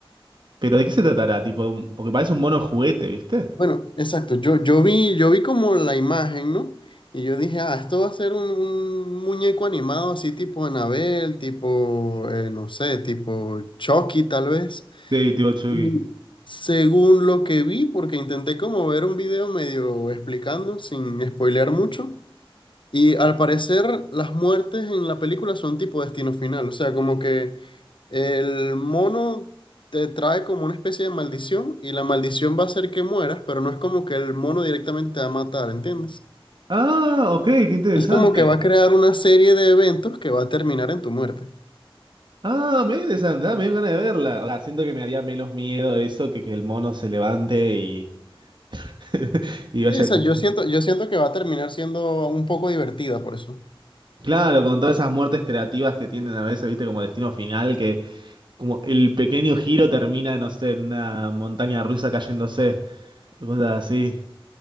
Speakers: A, on the right; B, on the left.
A: ¿Pero de qué se tratará? Tipo, un- porque parece un mono juguete, ¿viste?
B: Bueno, exacto. Yo, yo vi, yo vi como la imagen, ¿no? Y yo dije, ah, esto va a ser un, un muñeco animado así tipo Anabel, tipo, eh, no sé, tipo Chucky tal vez.
A: Sí, tipo Chucky.
B: Y Según lo que vi, porque intenté como ver un video medio explicando, sin spoilear mucho. Y al parecer las muertes en la película son tipo destino final. O sea, como que el mono te trae como una especie de maldición y la maldición va a hacer que mueras, pero no es como que el mono directamente te va a matar, ¿entiendes?
A: Ah, ok, qué interesante.
B: Es como que va a crear una serie de eventos que va a terminar en tu muerte.
A: Ah, me interesante, ah, me dio ganas de verla. O sea, siento que me haría menos miedo eso que que el mono se levante y, <laughs> y vaya
B: Sí, o sea,
A: a cuchillo.
B: yo siento, yo siento que va a terminar siendo un poco divertida por eso.
A: Claro, con todas esas muertes creativas que tienen a veces, viste, como destino final, que como el pequeño giro termina, no sé, en una montaña rusa cayéndose, cosas así.